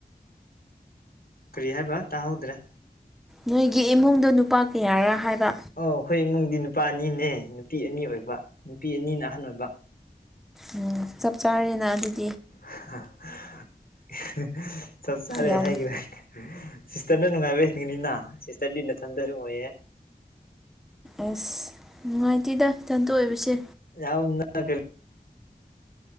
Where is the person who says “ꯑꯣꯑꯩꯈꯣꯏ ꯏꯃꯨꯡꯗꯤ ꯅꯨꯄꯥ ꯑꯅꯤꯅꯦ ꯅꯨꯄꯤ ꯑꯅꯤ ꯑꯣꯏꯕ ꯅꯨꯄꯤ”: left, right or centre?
Left